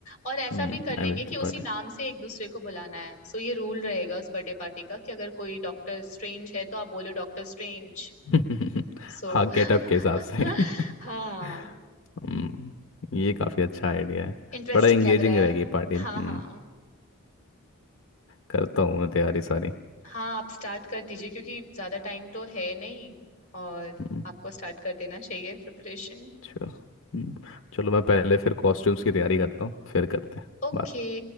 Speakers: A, on the left; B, on the left.
A: और ऐसा
B: हम्म
A: भी कर लेंगे
B: आई विल
A: कि उसी
B: पार्टी
A: नाम से एक दूसरे को बुलाना है सो ये रूल रहेगा उस बर्थडे पार्टी का कि अगर कोई डॉक्टर स्ट्रेंज है तो आप बोलो डॉक्टर स्ट्रेंज
B: <laughs>
A: सो
B: हाँ
A: <laughs>
B: गेटअप के हिसाब से <laughs>
A: हाँ
B: हम्म, ये काफ़ी अच्छा आइडिया है
A: इंटरेस्टिंग
B: थोड़ा एंगेजिंग
A: लग रहा
B: रहेगी
A: है
B: पार्टी हम्म
A: हाँ हाँ
B: करता हूँ मैं तैयारी सारी
A: हाँ आप स्टार्ट कर दीजिए क्योंकि ज्यादा टाइम तो है नहीं और
B: हम्म,
A: आपको स्टार्ट कर देना चाहिए प्रिपरेशन
B: चलो हम्म, चलो मैं पहले फिर कॉस्ट्यूम्स की तैयारी करता हूँ फिर करते हैं
A: Okay
B: बात